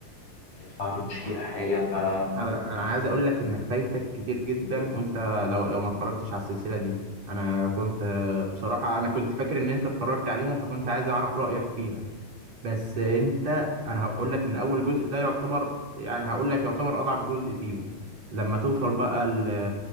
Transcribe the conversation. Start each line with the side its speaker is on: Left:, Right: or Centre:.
Left: يطلع لي مشكلة حاجة فكنت
Right: انا أنا عايز اقول لك انك فايتك كتير جدا وانت لو لو ما اتفرجتش على السلسله دي انا كنت آه، بصراحه انا كنت فاكر ان انت اتفرجت عليها فكنت عايز اعرف رايك فيها بس انت انا هقول لك ان اول جزء ده يعتبر يعني هقول لك يعتبر اضعف جزء فيهم لما توصل بقى ال